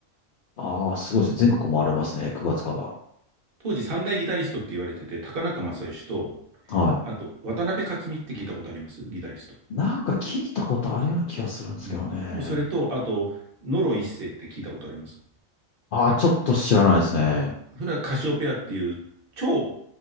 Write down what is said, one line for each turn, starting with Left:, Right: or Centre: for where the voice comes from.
Left: ああ、すごいですね。全国回れますね。9月から。
Right: 当時三大ギタリストって言われてて、高中正義と、
Left: はい。
Right: あと、渡辺克己って聞いたことありますギタリスト。
Left: なんか聞いたことあるような気がするんですけどね。
Right: うん。もうそれと、あと、野呂一世って聞いたことあります。
Left: ああ、ちょっと知らないですね。
Right: それはカシオペアっていう、超、